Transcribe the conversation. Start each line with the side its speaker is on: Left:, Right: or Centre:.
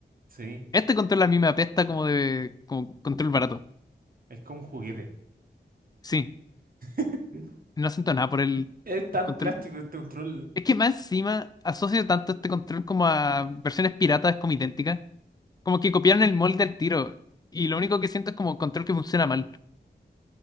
Right: sí,
Left: Este control a mí me apesta como de... como control barato.
Right: es como un juguete.
Left: Sí,
Right: <laughs>
Left: No siento nada por el,
Right: Es tan
Left: el control.
Right: plástico este control.
Left: Es que más encima asocio tanto este control como a versiones piratas como idénticas. Como que copiaron el molde del tiro. Y lo único que siento es como control que funciona mal.